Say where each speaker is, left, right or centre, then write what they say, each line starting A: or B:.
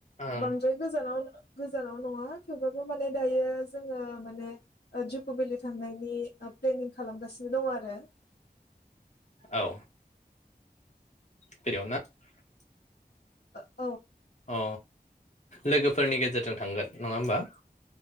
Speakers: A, on the left; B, on the left.
A: ओं
B: बांद्राय गोजानाव गोजानाव नङा थेवबाबो माने दायो जोङो माने जुक भेलि थांनायनि ओ प्लेनिं खालामगासिनो दङ' आरो।
A: औ। <unintelligible>
B: ओ
A: अ लोगोफोरनि गेजेरजों थांगोन नङा होमबा?